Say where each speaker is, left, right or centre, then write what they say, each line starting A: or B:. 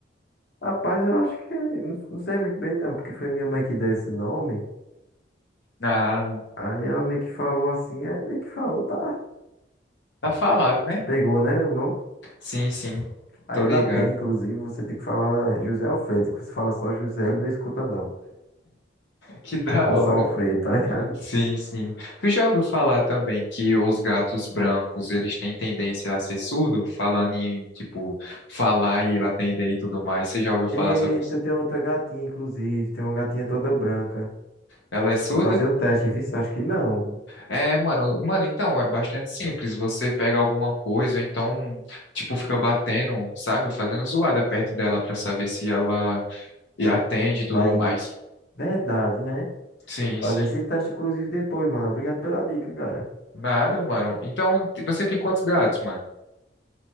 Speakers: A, on the left; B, on the left.
A: Rapaz, eu acho que. Não, não sei muito bem, não, porque foi minha mãe que deu esse nome.
B: Ah,
A: Aí ela meio que falou assim, aí meio que falou, tá.
B: tá falado, né?
A: Pegou, né? O nome.
B: Sim, sim.
A: Aí
B: Tô ligado.
A: lá tem, inclusive, você tem que falar José Alfredo. Que você fala só José, ele não escuta, não.
B: Que da
A: Ou
B: hora.
A: só Alfredo, tá <laughs> ligado?
B: Sim, sim. Tu já ouviu falar também que os gatos brancos, eles têm tendência a ser surdo, falando em, tipo, falar e ele atender e tudo mais. Você já ouviu falar
A: Eita,
B: sobre isso?
A: tem outra gatinha, inclusive. Tem uma gatinha toda branca.
B: Ela é surda?
A: Tem que fazer o teste, viu? Eu acho que não.
B: É, mano, mano, então é bastante simples. Você pega alguma coisa, então, tipo, fica batendo, sabe? Fazendo zoada perto dela pra saber se ela atende e tudo
A: Vai.
B: mais.
A: Verdade, né?
B: Sim,
A: Fazer
B: sim.
A: esse teste, inclusive, depois, mano. Obrigado pela dica, cara.
B: Nada, mano. Então, t- você tem quantos gatos, mano?